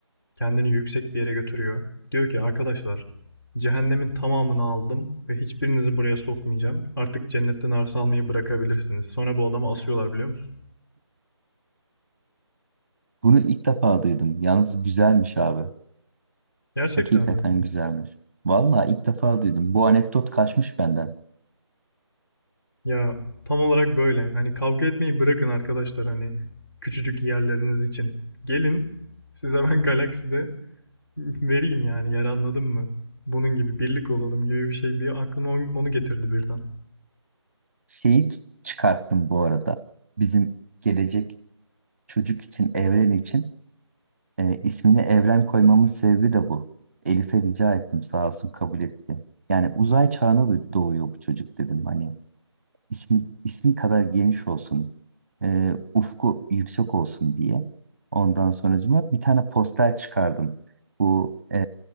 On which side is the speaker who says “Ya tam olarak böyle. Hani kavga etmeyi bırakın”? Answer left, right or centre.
Left